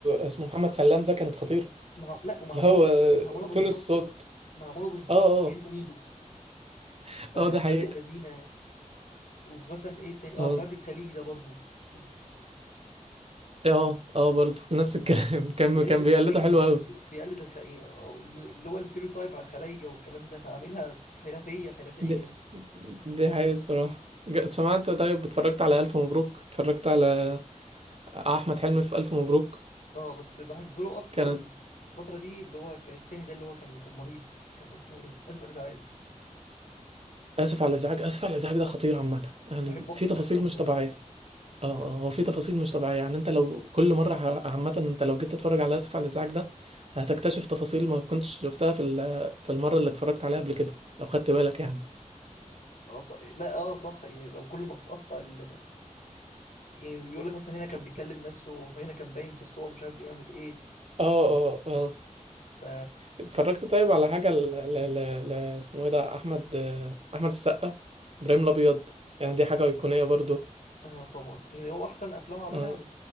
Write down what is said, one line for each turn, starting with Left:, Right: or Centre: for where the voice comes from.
Right: اسمه محمد سلام ده كانت خطيرة
Left: مع... لا ومعموله
Right: اللي هو
Left: معموله بالظبط
Right: تون الصوت
Left: معموله بالظبط
Right: اه
Left: كانه
Right: اه
Left: ايده
Right: <laughs>
Left: فولاد
Right: اه ده حقيقة
Left: اللذينه ومثلا ايه تاني
Right: اه
Left: اه بتاعت الخليج ده برضو يعني
Right: اه اه برضه نفس الكلام <laughs> كان
Left: بيقلد
Right: كان
Left: الخلايجه
Right: بيقلده حلو
Left: بجد
Right: قوي
Left: بيقلد الخ... إيه، أو اللي هو الستيريوتايب على الخلايجه والكلام ده فعاملها حرفيه حرفيه
Right: دي,
Left: يعني.
Right: دي حقيقة الصراحة ج- سمعت طيب اتفرجت على ألف مبروك اتفرجت على أحمد حلمي في ألف مبروك
Left: اه بس بحب له اكتر
Right: كانت
Left: في الفتره دي اللي هو كان التاني ده اللي هو كان كان مريض كان اسمه ايه اسف على الازعاج
Right: آسف على الإزعاج آسف على الإزعاج ده خطير عامة يعني
Left: بحبه اكتر
Right: في تفاصيل
Left: من الف مبروك
Right: مش طبيعية اه اه هو في تفاصيل مش طبيعية يعني انت لو كل مرة ح- عامة انت لو جيت تتفرج على اسف على الازعاج ده هتكتشف تفاصيل ما كنتش شفتها في ال- في المرة اللي اتفرجت عليها قبل كده لو خدت بالك يعني
Left: اه ط- لا اه صح يعني لو كل ما بتقطع ال... يعني بيقول لك مثلا هنا كان
Right: ف-
Left: بيكلم نفسه فهنا كان باين في الصور مش عارف بيعمل ايه
Right: اه اه اه
Left: ف
Right: اتفرجت طيب على حاجة ل... ل... ل... ل... اسمه ايه ده احمد آه، احمد السقا ابراهيم الابيض يعني دي حاجة ايقونية برضو
Left: آه طبعا يعني هو احسن افلام عملها
Right: اه